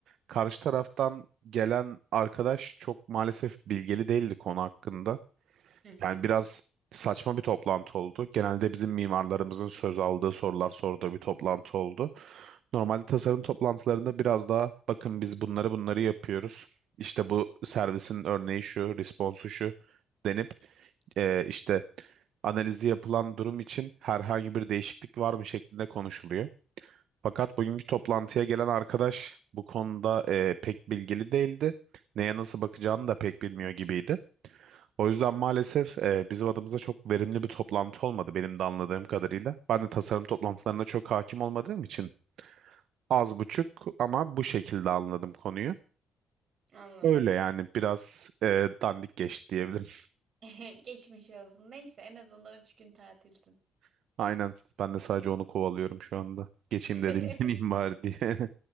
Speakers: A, on the right; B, on the right.
A: karşı taraftan gelen arkadaş çok maalesef bilgili değildi konu hakkında.
B: Hı hı.
A: Yani biraz saçma bir toplantı oldu. Genelde bizim mimarlarımızın söz aldığı sorular sorduğu bir toplantı oldu. Normalde tasarım toplantılarında biraz daha bakın biz bunları bunları yapıyoruz. İşte bu servisin örneği şu, responsu şu denip eee, işte analizi yapılan durum için herhangi bir değişiklik var mı şeklinde konuşuluyor. Fakat bugünkü toplantıya gelen arkadaş bu konuda eee, pek bilgili değildi. Neye nasıl bakacağını da pek bilmiyor gibiydi. O yüzden maalesef e, bizim adımıza çok verimli bir toplantı olmadı benim de anladığım kadarıyla. Ben de tasarım toplantılarına çok hakim olmadığım için az buçuk ama bu şekilde anladım konuyu.
B: Anladım.
A: Öyle yani biraz e, dandik geçti diyebilirim.
B: <laughs> Geçmiş olsun. Neyse en azından üç gün tatilsin.
A: <laughs> Aynen ben de sadece onu kovalıyorum şu anda. Geçeyim
B: <laughs>
A: de dinleneyim <laughs> bari diye